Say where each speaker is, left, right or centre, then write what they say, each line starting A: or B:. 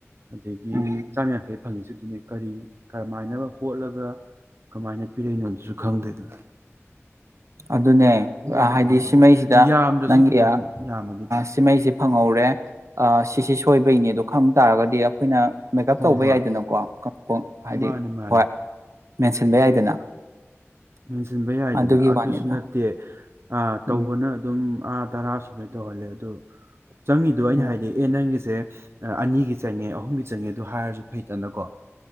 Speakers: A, on the right; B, on the right.
A: ꯑꯗꯒꯤ
B: ꯎꯝ
A: ꯆꯥꯝ ꯌꯥꯡꯈꯩ ꯐꯪꯉꯤꯁꯤ ꯑꯗꯨꯅꯤ ꯀꯔꯤ ꯀꯔꯝꯃꯥꯏꯅꯅꯕ ꯍꯣꯠꯂꯒ ꯀꯃꯥꯏꯅ ꯄꯤꯔꯛꯏꯅꯣꯗꯨꯁꯨ ꯈꯪꯗꯦꯗꯅ
B: ꯑꯗꯨꯅꯦ
A: ꯀꯣꯝꯃꯦ
B: ꯍꯥꯏꯗꯤ
A: ꯉꯝꯃꯛꯑꯣꯏ
B: ꯁꯤꯃꯩꯁꯤꯗ
A: ꯌꯥꯝꯗ꯭ꯔꯁꯨ
B: ꯅꯪꯒꯤ
A: ꯈꯤꯇꯪ ꯌꯥꯝꯃꯗꯤ ꯐꯩ
B: ꯁꯤꯃꯩꯁꯦ ꯐꯪꯍꯧꯔꯦ ꯁꯤꯁꯤ ꯁꯣꯏꯕꯩꯅꯤ ꯑꯗꯣ ꯈꯪꯕ ꯇꯥꯔꯒꯗꯤ ꯑꯩꯈꯣꯏꯅ ꯃꯦꯀꯞ
A: ꯍꯣꯏ
B: ꯇꯧꯕ
A: ꯍꯣꯏ
B: ꯌꯥꯏꯗꯅꯀꯣ ꯍꯥꯏꯗꯤ
A: ꯃꯥꯅꯤ ꯃꯥꯅꯤ
B: ꯍ ꯃꯦꯟꯁꯤꯟꯕ ꯌꯥꯏꯗꯅ
A: ꯃꯦꯟꯁꯤꯟꯕ ꯌꯥꯏꯗꯅ
B: ꯑꯗꯨꯒꯤ
A: ꯑꯗꯨꯨꯁꯨ
B: ꯋꯥꯅꯤꯗ
A: ꯅꯠꯇꯦ ꯇꯧꯕꯅ
B: ꯎꯝ
A: ꯑꯗꯨꯝ ꯎꯝ ꯑꯥ ꯇꯔꯥ ꯁꯨꯕꯩ ꯇꯧꯍꯜꯂꯦ ꯑꯗꯨ ꯆꯪꯉꯗꯣ ꯑꯩꯅ
B: ꯎꯝ
A: ꯍꯥꯏꯗꯤ ꯑꯦ ꯅꯪꯒꯤꯁꯦ ꯑꯅꯤꯒꯤ ꯆꯪꯉꯦ ꯑꯍꯨꯝꯒꯤ ꯆꯪꯉꯦ ꯑꯗꯨ ꯍꯥꯏꯔꯁꯨ ꯐꯩꯇꯅꯀꯣ